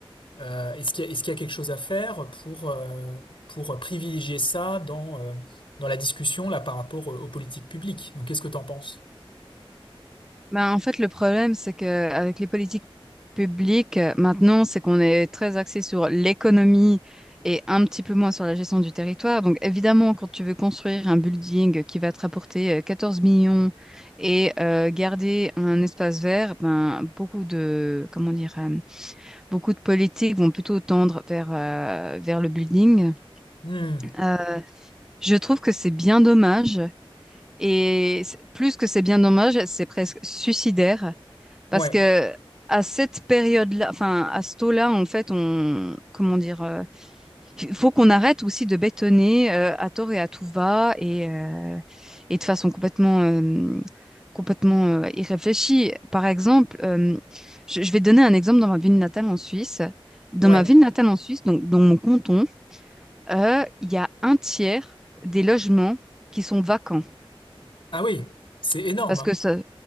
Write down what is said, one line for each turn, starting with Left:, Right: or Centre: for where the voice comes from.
Left: euh, est-ce qu'il y a, est-ce qu'il y a quelque chose à faire pour, euh, pour privilégier ça dans, euh, dans la discussion là par rapport euh, aux politiques publiques? Donc, qu'est-ce que t'en penses?
Centre: Ben, en fait, le problème, c'est que avec les politiques publiques, euh, maintenant, c'est qu'on est très axé sur l'économie et un petit peu moins sur la gestion du territoire. Donc, évidemment, quand tu veux construire un building qui va te rapporter euh, 14 millions et euh, garder un espace vert, ben, beaucoup de, comment dire, euh, beaucoup de politiques vont plutôt tendre vers, euh, vers le building.
Left: Hmm.
Centre: Euh, je trouve que c'est bien dommage. Et c'est- plus que c'est bien dommage, c'est presque suicidaire
Left: Ouais,
Centre: parce que à cette période-là, enfin à ce taux-là, en fait, on, comment dire, euh, il faut qu'on arrête aussi de bétonner euh, à tort et à tout va et euh, et de façon complètement euh, complètement euh, irréfléchie. Par exemple, euh, je, je vais donner un exemple dans ma ville natale en Suisse. Dans
Left: ouais.
Centre: ma ville natale en Suisse, donc dans mon canton, euh, il y a un tiers des logements qui sont vacants
Left: Ah oui, c'est énorme.
Centre: parce
Left: hein.
Centre: que ça,